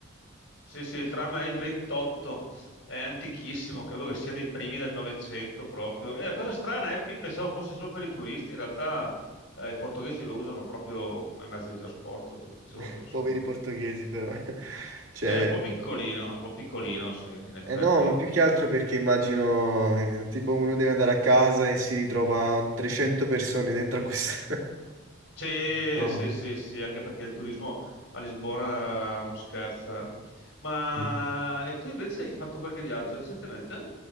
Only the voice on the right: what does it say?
<laughs>
Poveri portoghesi, però. <laughs> Cioè,
eh no, ma più che altro perché immagino, eh, tipo, uno deve andare a casa e si ritrova 300 persone dentro a questo...
<laughs>
No.